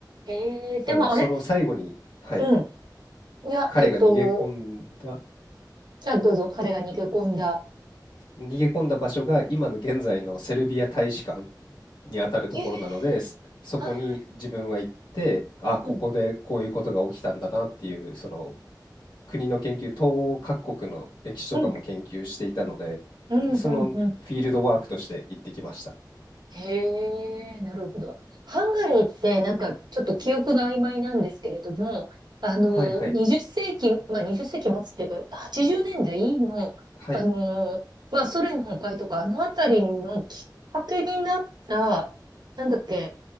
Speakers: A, on the right; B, on the left.
A: ええ、でもあれ
B: あの、その最後に、はい、
A: うん。いや、
B: 彼が逃げ込んだ
A: えっと、じゃあどうぞ、彼が逃げ込んだ。
B: 逃げ込んだ場所が今の現在のセルビア大使館にあたるところなので、
A: ええ、
B: そそこに自分は行って、
A: はい、はい。
B: あ、ここでこういうことが起きたんだなっていう、
A: うん、
B: その国の研究、東欧各国の歴史とかも研究していたので、
A: うん、うん、
B: で、そのフィールドワークとして行ってきました。
A: うん、うん。へえ、なるほど。ハンガリーってなんかちょっと記憶が曖昧なんですけれども、あの、
B: はいはい。
A: 20世紀、まあ20世紀末っていうか、80年代の、
B: はい。
A: あの、まあソ連の崩壊とか、あのあたりのきっかけになった、なんだっけ、